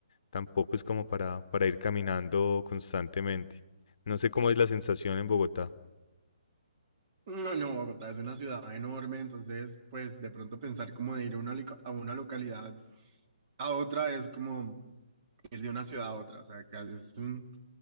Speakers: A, on the left; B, on the right.
A: Tampoco es como para, para ir caminando constantemente. No sé cómo es la sensación en Bogotá.
B: No, no, Bogotá es una ciudad enorme, entonces pues de pronto pensar como de ir a una, lica- a una localidad a otra es como ir de una ciudad a otra, o sea, que es un,